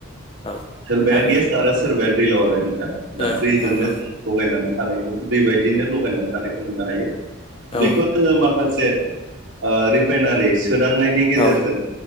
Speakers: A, on the left; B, on the right.
A: औ
B: सोरबाया
A: थारैनो
B: गेस आरो सोरबाया दैलाव आरो नोंथां दा
A: ओ
B: दैजोंनो
A: ओं नंगौ
B: लगायनानै थानायखौ दै बायदिनो लगायनानै थानायखौ मोननो हायो
A: औ
B: बेखौ जोङो माखासे ओ रिफाइनारि सोदांनायनि गेजेरजों
A: औ